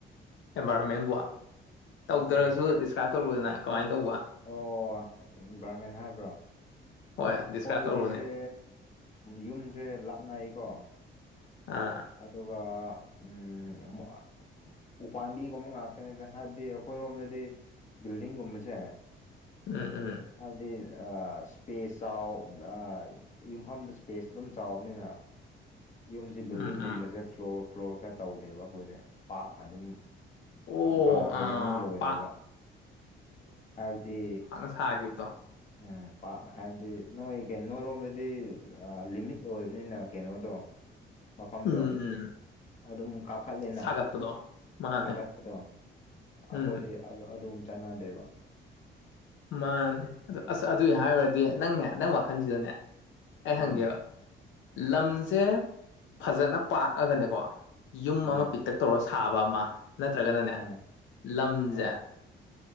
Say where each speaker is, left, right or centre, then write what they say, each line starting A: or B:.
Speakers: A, on the left (about 75°); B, on the left (about 35°).
A: ꯑꯦꯟꯚꯥꯏꯔꯣꯟꯃꯦꯟꯕꯨ
B: ꯎꯝ
A: ꯇꯧꯗ꯭ꯔꯁꯨ ꯗꯤꯁꯀ꯭ꯔꯥꯏꯞ ꯇꯧꯔꯨꯗꯅ ꯀꯃꯥꯏꯅ ꯇꯧꯕ
B: ꯑꯣ ꯏꯟꯚꯥꯏꯔꯣꯟꯃꯦꯟ ꯍꯥꯏꯕ꯭ꯔꯣ
A: ꯍꯣꯏ
B: ꯑꯩꯈꯣꯏꯒꯤꯁꯦ
A: ꯗꯤꯁꯀ꯭ꯔꯥꯏꯞ ꯇꯧꯔꯨꯅꯦ
B: ꯌꯨꯝꯁꯦ ꯂꯥꯞꯅꯏꯀꯣ
A: ꯑꯥ
B: ꯑꯗꯨꯒ ꯎꯝ ꯑꯃꯨꯛ ꯎꯄꯥꯝꯕꯤꯒꯨꯝꯕ ꯉꯥꯛꯇꯅꯤꯗ ꯍꯥꯏꯕꯗꯤ ꯑꯩꯈꯣꯏꯔꯣꯝꯗꯗꯤ ꯕꯤꯜꯗꯤꯡꯒꯨꯝꯕꯁꯦ
A: ꯎꯝ ꯎꯝ
B: ꯍꯥꯏꯕꯗꯤ ꯁ꯭ꯄꯦꯁ ꯆꯥꯎ ꯑ ꯌꯨꯝꯐꯝꯗ ꯁ꯭ꯄꯦꯁ ꯑꯗꯨꯝ ꯆꯥꯎꯕꯅꯤꯅ ꯌꯨꯝꯁꯦ ꯕꯤꯜꯗꯤꯡꯒꯨꯝꯕꯁꯦ
A: ꯎꯝ ꯎꯝ
B: ꯐ꯭ꯂꯣꯔ ꯐ꯭ꯂꯣꯔ ꯈꯔ ꯇꯧꯗꯦꯕ ꯑꯩꯈꯣꯏꯁꯦ ꯄꯥꯛꯅ ꯑꯗꯨꯝ
A: ꯑꯣ
B: ꯒ꯭ꯔꯥꯎꯟ ꯐ꯭ꯂꯣꯔꯗ
A: ꯑꯥ
B: ꯑꯗꯨꯝ ꯂꯣꯏꯔꯦꯕ
A: ꯄꯥꯛ
B: ꯍꯥꯏꯕꯗꯤ
A: ꯍꯥꯈꯤꯕꯗꯣ
B: ꯎꯝ ꯄ ꯍꯥꯏꯕꯗꯤ ꯅꯣꯏ ꯅꯣꯏꯔꯣꯝꯗꯗꯤ ꯂꯤꯃꯤꯠ ꯑꯣꯏꯕꯅꯤꯅ ꯀꯩꯅꯣꯗꯣ ꯃꯐꯝꯗꯣ
A: ꯎꯝ ꯎꯝ
B: ꯑꯗꯨꯝ ꯀꯥꯈꯠꯂꯦꯅ
A: ꯁꯥꯒꯠꯄꯗꯣ ꯃꯥꯅꯦ
B: ꯁꯥꯒꯠꯄꯗꯣ ꯑꯩꯈꯣꯏꯗꯤ
A: ꯎꯝ
B: ꯑꯗꯨ ꯑꯗꯨꯝ ꯆꯠꯅꯗꯦꯕ
A: ꯃꯥꯅꯦ ꯑꯗꯨ ꯑꯁ ꯑꯗꯨꯒꯤ ꯍꯥꯏꯔꯨꯔꯗꯤ ꯅꯪꯅꯦ ꯅꯪ ꯋꯥꯈꯜꯁꯤꯗꯅꯦ ꯑꯩ
B: ꯎꯝ
A: ꯍꯪꯒꯦꯕ ꯂꯝꯁꯦ ꯐꯖꯅ ꯄꯥꯛꯑꯒꯅꯦꯀꯣ ꯌꯨꯝ
B: ꯑꯥ
A: ꯑꯃ ꯄꯤꯛꯇꯛ ꯇꯧꯔꯁ ꯂꯥꯕ ꯑꯃ ꯅꯠꯇ꯭ꯔꯒꯅꯅꯦ
B: ꯑꯥ
A: ꯂꯝꯁꯦ
B: ꯑꯥ